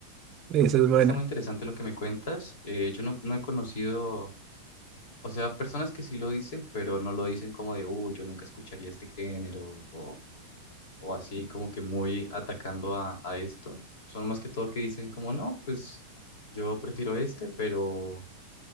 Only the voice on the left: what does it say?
está muy interesante lo que me cuentas. Eh, yo no, no he conocido, o sea, personas que sí lo dicen, pero no lo dicen como de, uy, yo nunca escucharía este género o, o así como que muy atacando a, a esto. Son más que todo que dicen como, no, pues yo prefiero este, pero